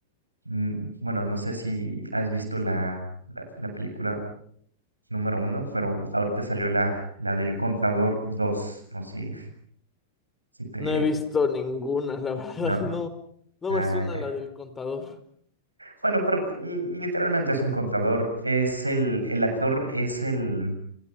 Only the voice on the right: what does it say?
mm, bueno, no sé si has visto la, la, la película número uno, pero ahorita salió la, la del Contador dos No sé si si te,
¿No?
Ah,
ya.
Bueno, pero li- literalmente es un contador. Es el, el actor es el,